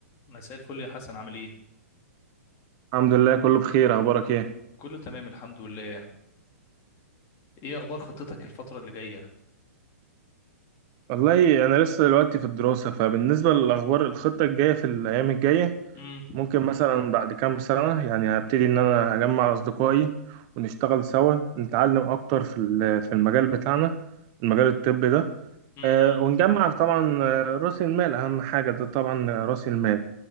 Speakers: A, on the left; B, on the right.
A: مساء الفل يا حسن عامل ايه؟
B: الحمد لله كله بخير اخبارك ايه
A: كله تمام الحمد لله ايه اخبار خطتك الفترة اللي جاية؟
B: والله انا لسه دلوقتي في الدراسه فبالنسبه للاخبار الخطه الجايه في الايام الجايه
A: امم
B: ممكن مثلا بعد كام سنه يعني هبتدي ان انا اجمع اصدقائي ونشتغل سوا نتعلم اكتر في ال- في المجال بتاعنا المجال الطبي ده
A: امم
B: آه، ونجمع طبعا آه، راس المال اهم حاجه ده طبعا آه، راس المال